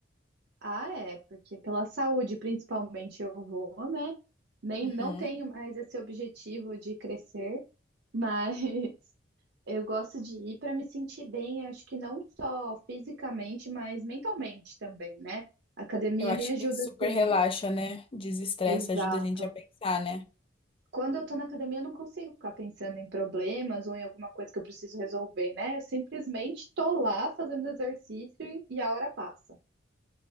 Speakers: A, on the right; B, on the left.
A: Ah, é, porque pela saúde principalmente eu vou, né? Nem
B: Uhum.
A: não tenho mais esse objetivo de crescer, mas <laughs> eu gosto de ir para me sentir bem, acho que não só fisicamente, mas mentalmente também, né? A academia
B: Eu acho
A: me ajuda
B: que super
A: assim,
B: relaxa, né? Desestressa,
A: exato.
B: ajuda a gente a pensar, né?
A: Quando eu tô na academia, eu não consigo ficar pensando em problemas ou em alguma coisa que eu preciso resolver, né? Eu simplesmente tô lá fazendo exercício e a hora passa.